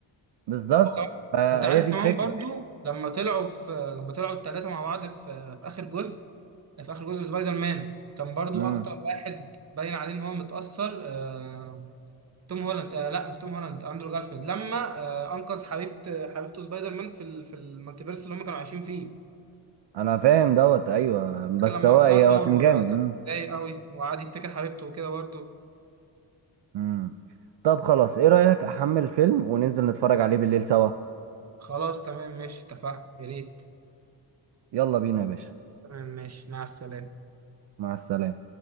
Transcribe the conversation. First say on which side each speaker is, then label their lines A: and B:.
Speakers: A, on the right (about 65°); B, on the right (about 35°).
A: بالظبط
B: هو كمان
A: فهي
B: انت عارف
A: دي
B: كمان
A: الفكرة
B: برضه لما طلعوا في لما طلعوا الثلاثه مع بعض في في اخر جزء في اخر جزء سبايدر مان كان برضو
A: امم
B: اكتر واحد باين عليه ان هو متأثر آه، توم هولاند آه لا مش توم هولاند اندرو جارفيلد لما آه انقذ حبيبه حبيبته سبايدر مان في ال- في المالتيفيرس اللي هم كانوا عايشين فيه
A: انا فاهم دوت ايوه بس
B: فاكر لما
A: هو
B: انقذها
A: إيه، هو
B: وكان
A: كان جامد امم
B: متضايق قوي وقعد يفتكر حبيبته وكده برضه
A: أمم. طب خلاص ايه رأيك احمل فيلم وننزل نتفرج عليه بالليل سوا
B: خلاص تمام ماشي اتفقنا يا ريت
A: يلا بينا يا باشا
B: تمام ماشي مع السلامه
A: مع السلامة